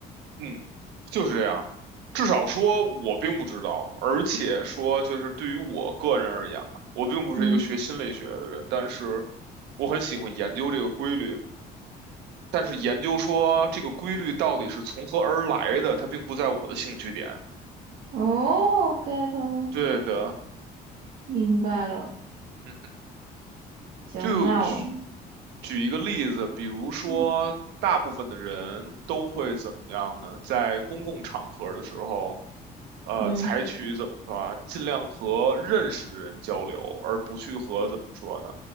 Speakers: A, on the right; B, on the right.
A: 嗯，就是这样。至少说，我并不知道，而且说，就是对于我个人而言吧，我并不是一个学心理学的人，
B: 嗯，
A: 但是我很喜欢研究这个规律。但是研究说这个规律到底是从何而来的，它并不在我的兴趣点。
B: 哦，get 了，
A: 对的，
B: 明白了。
A: 嗯
B: 行，
A: 就举
B: 那我，
A: 举一个例子，比如说，
B: 嗯
A: 大部分的人都会怎么样呢？在公共场合的时候，呃，
B: 嗯
A: 采取怎么说啊，尽量和认识的人交流，而不去和怎么说呢，